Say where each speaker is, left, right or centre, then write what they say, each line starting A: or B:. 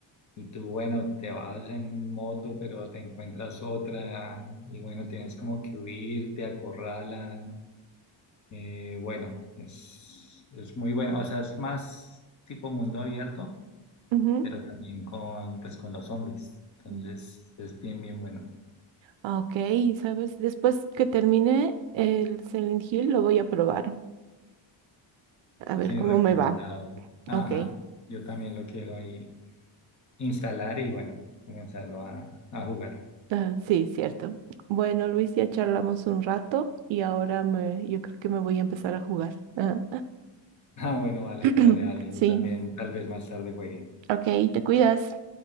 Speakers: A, on the left (about 40°); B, on the right (about 75°).
A: y tú, bueno, te vas en moto, pero te encuentras otra y bueno, tienes como que huir, te acorralan. Eh, bueno, es, es muy bueno. O sea, es más tipo mundo abierto
B: Ujú.
A: pero también con, pues, con los zombies. Entonces
B: Mm.
A: es bien, bien bueno.
B: Ok, ¿sabes? Después que termine el Silent Hill, lo voy a probar. A ver
A: Sí,
B: cómo
A: recomendado.
B: me va.
A: Ajá,
B: Ok.
A: yo también lo quiero ahí instalar y bueno, comenzarlo a, a jugar. <laughs>
B: Ah, sí, cierto. Bueno, Luis, ya charlamos un rato y ahora me, yo creo que me voy a empezar a jugar. Ah,
A: Ah, bueno, vale,
B: <clears throat>
A: dale, dale.
B: sí,
A: Yo también tal vez más tarde juegue.
B: ok, te cuidas.